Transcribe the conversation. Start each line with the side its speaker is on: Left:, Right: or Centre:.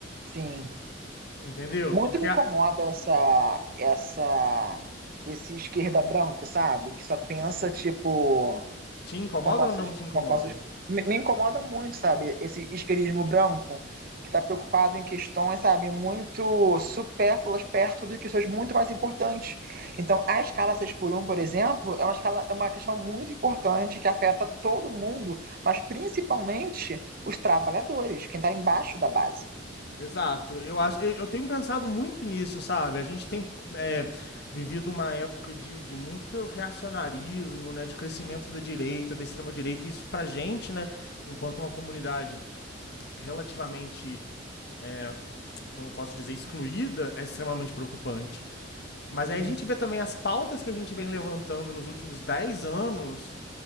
Right: Sim.
Left: entendeu?
Right: Muito
Left: Porque
Right: me incomoda
Left: a-
Right: essa, essa, esse esquerda branco, sabe? Que só pensa, tipo,
Left: Te incomoda
Right: compostos,
Left: ou não te incomoda?
Right: compostos me, me incomoda muito, sabe? Esse isqueirismo branco que está preocupado em questões, sabe, muito supérfluas perto de questões muito mais importantes. Então, a escala 6 por um, por exemplo, é uma, escala, é uma questão muito importante que afeta todo mundo, mas principalmente os trabalhadores, quem está embaixo da base.
Left: Exato. Eu acho, eu, eu tenho pensado muito nisso, sabe? A gente tem é, vivido uma época de, de muito reacionarismo, né? De crescimento da direita, da extrema direita. Isso pra gente, né? Enquanto uma comunidade relativamente, é, como eu posso dizer, excluída, é extremamente preocupante. Mas aí
Right: Sim,
Left: a gente vê também as pautas que a gente vem levantando nos últimos dez anos